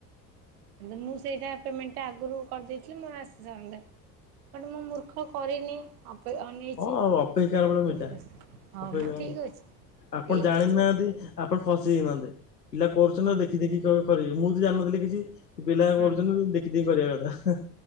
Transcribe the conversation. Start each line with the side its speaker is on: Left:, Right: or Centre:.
Right: ଯଦି ମୁଁ ସେଇଟା ପେମେଣ୍ଟଟା ଆଗରୁ କରିଦେଇଥିଲି ମୋର ଆସି ସାରନ୍ତାଣି ବଟ ମୁଁ ମୂର୍ଖ କରିନି ଆପ କୁ ଅନେଇଛି
Left: ହଁ ଅପେକ୍ଷାର
Right: <unintelligible>
Left: ଫଳ ମିଠା
Right: ହଁ
Left: ଅପେକ୍ଷାର
Right: ମ ଠିକ୍ ଅଛି
Left: ଆପଣ
Right: ଠିକ୍
Left: ଜାଣିି
Right: ଅଛି
Left: ନାହାନ୍ତି ଆପଣ ଫସିଯାଇନାହାନ୍ତେ ପିଲା କରୁଛନ୍ତି
Right: ହଁ
Left: ନା ଦେଖି ଦେଖି କର୍ କରିବେ ମୁଁ ତ ଜାଣିନଥିଲି କିଛି ପିଲା
Right: ହଁ
Left: କରୁଛନ୍ତି ଦେଖି ଦେଖି କରିବା କଥା।